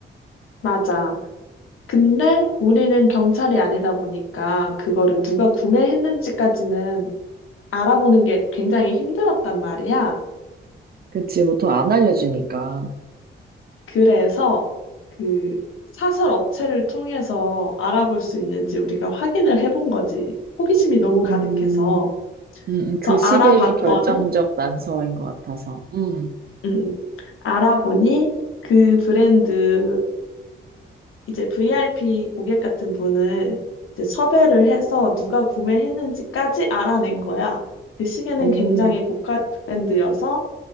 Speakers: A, on the left; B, on the right.
A: 맞아. 근데 우리는 경찰이 아니다 보니까 그거를 누가 구매했는지까지는 알아보는 게 굉장히 힘들었단 말이야.
B: 그치, 보통 안 알려주니까.
A: 그래서 그 사설 업체를 통해서 알아볼 수 있는지 우리가 확인을 해본 거지. 호기심이 너무 가득해서.
B: 음, 음, 음, 그
A: 그래서
B: 시계가
A: 알아봤더니,
B: 결정적 난서인 것 같아서. 음,
A: 음, 음, 알아보니 그 브랜드의 이제 VIP 고객 같은 분을 이제 섭외를 해서 누가 구매했는지까지 알아낸 거야. 그 시계는
B: 오,
A: 굉장히 고가의 브랜드여서